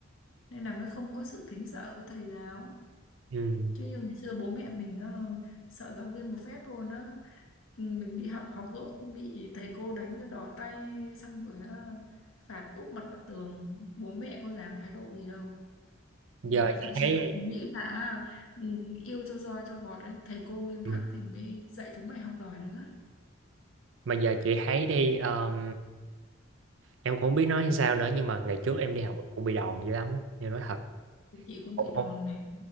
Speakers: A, on the left; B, on the right.
A: nên là mới không có sự kính sợ với thầy giáo
B: ừ.
A: chứ như ngày xưa bố mẹ mình ờ, sợ giáo viên một phép luôn á Ừ, mình đi học học dốt bị thầy cô đánh cho đỏ tay xong rồi ờ, phạt úp mặt vào tường bố mẹ có dám thái độ gì đâu
B: giờ
A: Lại
B: chị
A: thậm chí
B: thấy
A: là nghĩ là à, ừ, yêu cho roi cho vọt đấy thầy cô nghiêm
B: ừ.
A: khắc thì mới dạy chúng mày học giỏi được á
B: mà giờ chị thấy đi um, em cũng không biết nói sao nữa nhưng mà ngày trước em đi
A: Ừ,
B: học cũng bị đòn dữ lắm em nói thật
A: Thì chị cũng
B: cũng
A: bị
B: không
A: đòn này